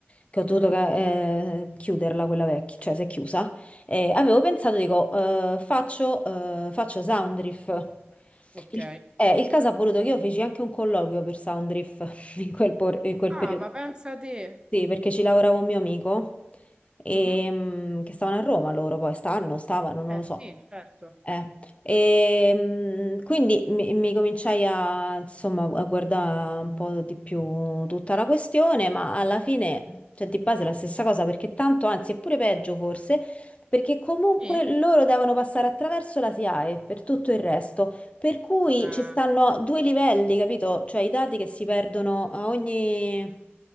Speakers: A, on the left; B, on the right.
A: che
B: Mhm,
A: ho dovuto eh, chiuderla quella vecchia, cioè si è chiusa, eh, avevo pensato, dico, eh, faccio, eh, faccio Soundriff.
B: Ok.
A: Il, eh, il caso ha voluto che io feci anche un colloquio per Soundriff <laughs> in quel, por- in quel periodo.
B: Ah, ma pensa a te.
A: Sì, perché ci lavorava un mio amico, e,
B: Mhm.
A: mm, che stavano a Roma loro, poi stanno, stavano, non
B: Eh
A: lo so.
B: sì, certo.
A: Eh, ehm, quindi mi, mi cominciai a, insomma, a guardare un po' di più tutta la questione, ma alla fine,
B: Mm?
A: cioè, di base è la stessa cosa, perché tanto, anzi, è pure peggio forse, perché comunque
B: Sì.
A: loro devono passare attraverso la SIAE per tutto il resto, per cui
B: Eh,
A: ci stanno due livelli, capito? Cioè i dati che si perdono a ogni...